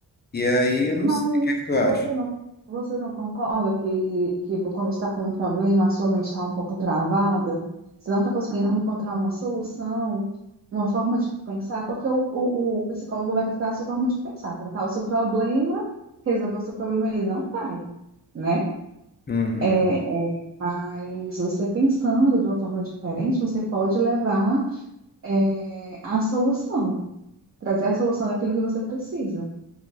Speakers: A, on the left; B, on the right.
A: E aí eu não
B: Mas
A: sei o que é que tu acha.
B: você não, você não concorda que, que quando você está com um problema, a sua mente está um pouco travada? Você não está conseguindo encontrar uma solução, uma forma de pensar? Porque o, o, o psicólogo vai tratar a sua forma de pensar, tratar o seu problema, resolver o seu problema, ele não vai, né?
A: Uhum.
B: É, é, mas você pensando de uma forma diferente, você pode levar, é, a solução, trazer a solução daquilo que você precisa.